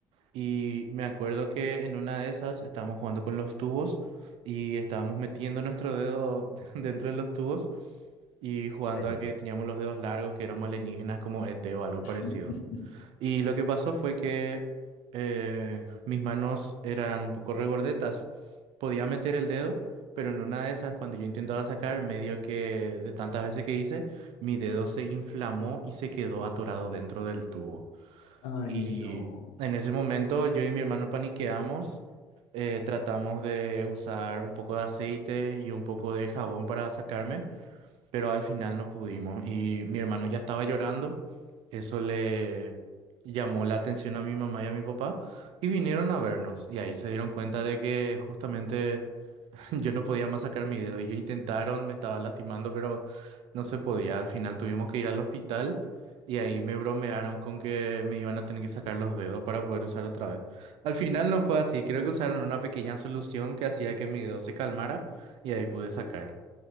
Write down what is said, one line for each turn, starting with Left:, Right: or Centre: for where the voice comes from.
Right: Y me acuerdo que en una de esas estábamos jugando con los tubos y estábamos metiendo nuestro dedo <laughs> dentro de los tubos. Y jugando
Left: Ay,
Right: a que teníamos los dedos largos, que éramos alienígenas como ET o algo
Left: <laughs>
Right: parecido. Y lo que pasó fue que eh, mis manos eran un poco regordetas. Podía meter el dedo, pero en una de esas, cuando yo intentaba sacar, medio que de tantas veces que hice, mi dedo se inflamó y se quedó atorado dentro del tubo.
Left: Ay,
Right: Y
Left: no.
Right: en ese momento yo y mi hermano paniqueamos. eh, tratamos de usar un poco de aceite y un poco de jabón para sacarme pero al final no pudimos. Y mi hermano ya estaba llorando, eso le llamó la atención a mi mamá y a mi papá, y vinieron a vernos. Y ahí se dieron cuenta de que justamente <laughs> yo no podía más sacar mi dedo. Y ellos intentaron, me estaba lastimando, pero no se podía. Al final tuvimos que ir al hospital. Y ahí me bromearon con que me iban a tener que sacar los dedos para poder usar otra vez. Al final no fue así, creo que usaron una pequeña solución que hacía que mi dedo se calmara y ahí pude sacar.